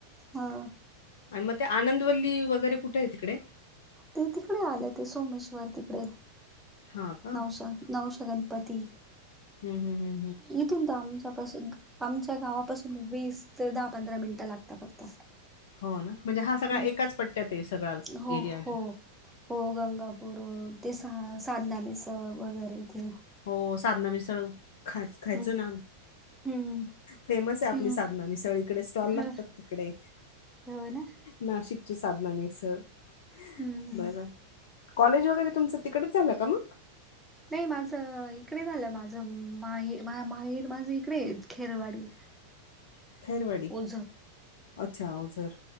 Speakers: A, in the centre; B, on the left (about 55°).
A: हा
B: आणि मग ते आनंदवल्ली वगैरे कुठं ये तिकडे
A: ते तिकडे आले ते सोमेश्वर तिकडे
B: हा का हम्म
A: नवशा नवशा गणपती
B: हम हम हम
A: इथून तर आमच्या पासूद आमच्या गावापासून वीस ते दहा पंधरा मिनिटं लागता फक्त
B: हो ना म्हणजे हा सगळा
A: हम्म
B: एकाच पट्ट्याते सगळा
A: हो
B: एरियाच्या
A: हो हो गंगापूर अ ते सहा साधना मिस वगैरे ते
B: हो साधना मिसळू खाय खायचं
A: हम्म
B: नाम
A: हम्म
B: फेमस आहे आपली
A: हम्म
B: साधना मिसळ इकडे स्टॉल
A: ह
B: लागतात तिकडे
A: <unintelligible>
B: नाशिकची साधना मिसळ <unintelligible>
A: हम्म हम्म
B: कॉलेज वगैरे तुमचं तिकडचं झालं का मग?
A: नाही माझं इकडे झालं माझं माहे मा माहेर माझ इकडं आहे खेरवाडी
B: <inaudible> खेरवाडी
A: ओझर
B: अच्छा ओझर